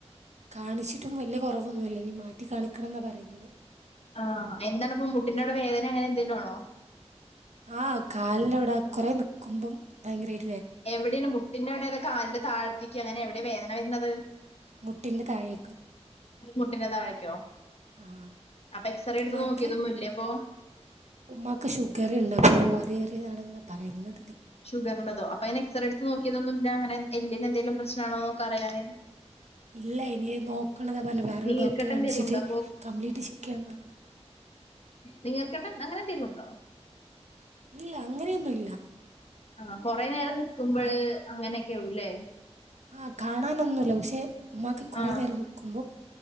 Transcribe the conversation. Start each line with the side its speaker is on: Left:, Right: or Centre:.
Right: കാണിച്ചിട്ടും വലിയ കൊറവൊന്നുല്ല ഇനീ മാറ്റി കാണിക്കണംന്നാ പറയുന്നേ.
Left: ആഹ് എന്താണ് അപ്പൊ മുട്ടിന്റവിടെ വേദന അങ്ങനെ എന്തെലും ആണോ?
Right: ആഹ് കാലിന്റവിട കൊറെ നിക്കുമ്പോ ഭയങ്കരായി
Left: എവിടെണ് മു ട്ടിന്റെ അവിടെ അതോ കാലിന്റെ താഴത്തേക്ക് അങ്ങനെ എവിടെ വേദന വരുന്നത്?
Right: മുട്ടിന്റെ തായേക്ക്.
Left: മുട്ടിന്റെ താഴേക്കോ?
Right: ആ
Left: അപ്പൊ എക്സ്റേ എടുത്ത്
Right: ഉമ്മാക്ക്
Left: നോക്കിയതൊന്നും ഇല്ലേ അപ്പൊ
Right: ഉമ്മാക്ക് ഷുഗർ ഉണ്ടപ്പോ അത് ഏറിയാതാണെ ന്നാ പറയുന്നേ.
Left: ഷുഗറന്റതോ അപ്പ അയിന് എക്സറേ എടുത്ത് നോക്കിയതോന്നുംല്ല അങ്ങനെ എല്ലി നെന്തേലും പ്രശ്നാണോക്ക അറിയാന്
Right: ഇല്ല ഇനിയ നോക്കണംന്നാ പറഞ്ഞേ വേറൊരു
Left: നീർക്കെട്ട്
Right: ഡോക്ടറെ കാണിച്ചിട്ട്
Left: എന്തെങ്കിലും ഉണ്ടോ
Right: കംപ്ലീറ്റ് ചെക്കെയ്യണം ന്നാ പറഞ്ഞത്
Left: നീർക്കെട്ട് അങ്ങനെ ന്തെങ്കിലും ഉണ്ടോ
Right: ഇല്ല അങ്ങനെയൊന്നും ഇ
Left: ആ കൊറേ നേരം നിക്കുമ്പോള്
Right: ബട്ട്
Left: അങ്ങനെ ക്കെ ആവുംലെ
Right: ആ കാണാനൊന്നുല്ല പക്ഷേ ഉമ്മാക്ക് കുറെേ
Left: ആ
Right: നേരം നിക്കുമ്പോം